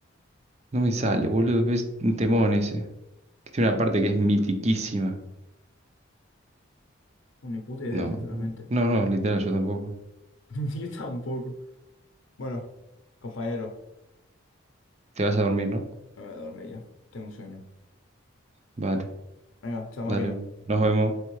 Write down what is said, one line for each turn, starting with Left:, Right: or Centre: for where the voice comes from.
Right: No me sale, boludo. Es un temón ese. Que tiene una parte que es mitiquísima.
Left: bueno, Ni puta idea,
Right: No,
Left: sinceramente.
Right: no, no, literal, yo tampoco.
Left: <laughs> Yo tampoco. Bueno, compañero,
Right: Te vas a dormir, ¿no?
Left: me voy a dormir ya. Tengo un sueño.
Right: Vale.
Left: Venga, chao máquina.
Right: Dale, nos vemos.